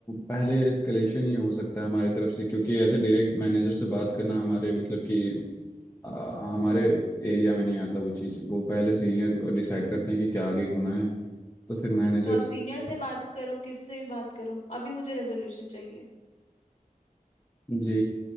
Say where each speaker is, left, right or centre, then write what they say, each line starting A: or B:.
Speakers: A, on the left; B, on the left.
A: पहले एस्केलेशन ही हो सकता है हमारी तरफ से क्योंकि ऐसे डायरेक्ट मैनेजर से बात करना हमारे मतलब कि अ, हमारे एरिया में नहीं आता वो चीज़ वो पहले सीनियर डिसाइड करते हैं कि क्या आगे होना है तो फिर मैनेजर
B: तो आप सीनियर से बात करो किसी से भी बात करो अभी मुझे रेजोल्यूशन चाहिए
A: जी